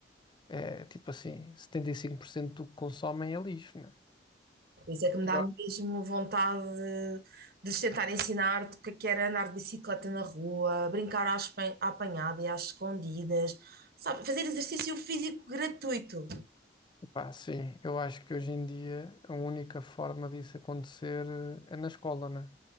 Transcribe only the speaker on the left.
é tipo assim, 75% do que consomem é lixo, né?
Pior.
Opá, sim, eu acho que hoje em dia a única forma disso acontecer eh, é na escola, né?